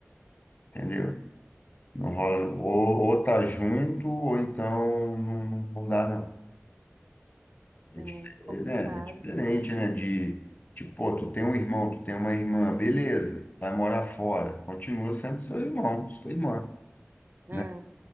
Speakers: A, on the left; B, on the right.
A: entendeu? Não rola. Ou, ou tá junto, ou então não, não não dá, não. É,
B: É
A: dif-
B: complicado.
A: é, né? É diferente, né? De, tipo, pô, tu tem um irmão, tu tem uma irmã, beleza, vai morar fora. Continua sendo seu irmão, sua irmã,
B: É,
A: né?